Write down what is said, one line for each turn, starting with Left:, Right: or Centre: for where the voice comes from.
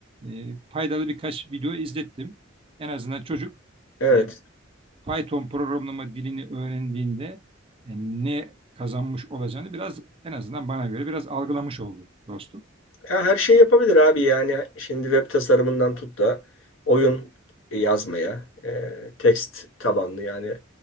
Right: e, faydalı birkaç video izlettim. En azından çocuk
Left: Evet.
Right: e, Python programlama dilini öğrendiğinde e, ne kazanmış olacağını biraz en azından bana göre biraz algılamış oldu dostum.
Left: Ya her şey yapabilir abi yani şimdi web tasarımından tut da oyun yazmaya, e, tekst tabanlı yani